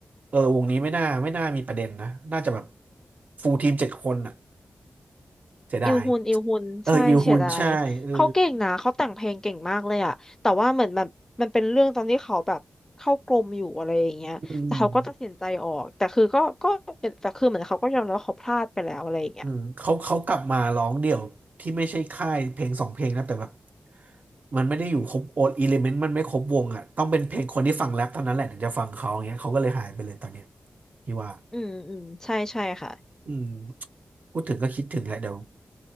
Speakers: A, on the right; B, on the left.
A: เออวงนี้ไม่น่าไม่น่ามีประเด็นนะ น่าจะแบบฟูลทีมเจ็ดคนอ่ะเสียดาย
B: อิลฮุนอิลฮุนใช่เสียดายเขาเก่งนะเขาแต่งเพลงเก่งมากเลยอะแต่ว่าเหมือนแบบมันเป็นเรื่องตอนที่เขาแบบเข้ากรมอยู่อะไรอย่างเงี้ยแต่เขาก็ตัดสินใจออกแต่คือก็ก็
A: เอออิลฮุนใช่เอออืม
B: แต่คือเหมือนเขาก็ยอมรับว่าเขาพลาดไปแล้วอะไรอย่างเงี้ย
A: อืมเขาเขากลับมาร้องเดี่ยวที่ไม่ใช่ค่ายเพลงสองเพลงนะแต่แบบมันไม่ได้อยู่ครบโอดอิเลเมนต์มันไม่ครบวงอ่ะต้องเป็นเพลงคนที่ฟังแรปเท่านั้นแหละถึงจะฟังเขาอย่างเงี้ยเขาก็เลยหายไปเลยตอนเนี้ยพี่ว่า
B: อืมอืมใช่ใช่ค่ะ
A: อืมพูดถึงก็คิดถึงแหละเดี๋ยว